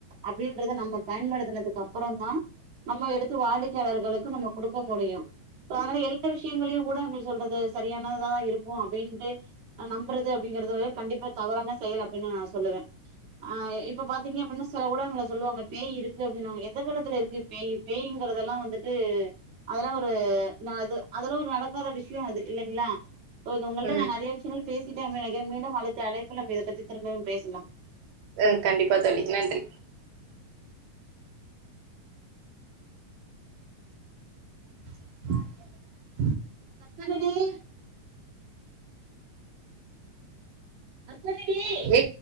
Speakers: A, on the right (about 30°); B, on the right (about 65°).
A: அப்படின்றத நம்ம பயன்படுத்தனதுக்கு அப்புறம் தான் நம்ம எடுத்து வாடிக்கையாளர்களுக்கு நம்ம குடுக்க முடியும். அதனால எல்லா விஷயங்களையும் ஊடகங்கள் சொல்றது சரியானததாதான் இருக்கும் அப்படின்ட்டு நம்பறது அப்படிங்கறத கண்டிப்பா தே தவறான செயல் அப்படின்னு நா சொல்லுவேன். ஆ இப்ப பாத்திங்க அப்படின்னா சில ஊடகங்கள் சொல்லுவாங்க பேய் இருக்கு அப்படின்னுவாங்க <unintelligible> பேய் பேய்ங்கறதெல்லாம் வந்துட்டு அதெல்லாம் ஒரு நா அதெல்லாம் ஒரு நடக்காத விஷயம் அது இல்லைங்களா? உங்கள்ட்ட
B: ம்
A: நான் நெறைய விஷயங்கள் பேசி அப்டினு நெனைக்கறேன். மீண்டும் அடுத்த அழைப்புல நம்ம இதை பத்தி திரும்பவும் பேசலாம்
B: ம் கண்டிப்பா தோழி நன்றி <inaudible>
A: கத்தாதிடி கட் பண்ணிடு
B: எ